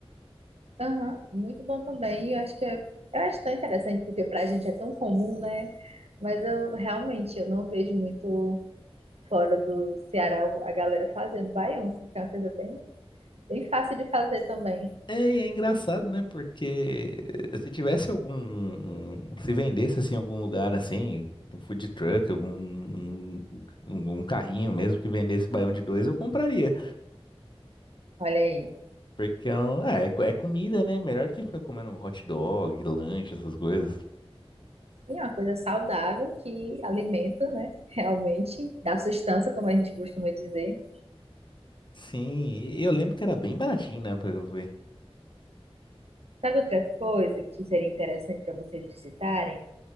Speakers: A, on the right; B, on the left.
A: Aham, muito bom também. Eu acho que é, eu acho tão interessante porque pra gente é tão comum, né? Mas eu realmente eu não vejo muito fora do Ceará a galera fazendo baião, assim, que é uma coisa bem, bem fácil de fazer também.
B: É, e é engraçado, né? Porque se tivesse algum. Se vendesse assim, em algum lugar assim, um food truck, algum um, um um carrinho mesmo que vendesse baião de dois, eu compraria.
A: Olha aí.
B: Porque é, um- ah, é, co- é comida, né? Melhor que ficar comendo um hot dog, lanche, essas coisas.
A: E é uma coisa saudável que alimenta, né? <laughs> Realmente dá sustância, como a gente costuma dizer.
B: Sim, e eu lembro que era bem baratinho, né? Porque eu fui.
A: Sabe outra coisa que seria interessante para vocês visitarem?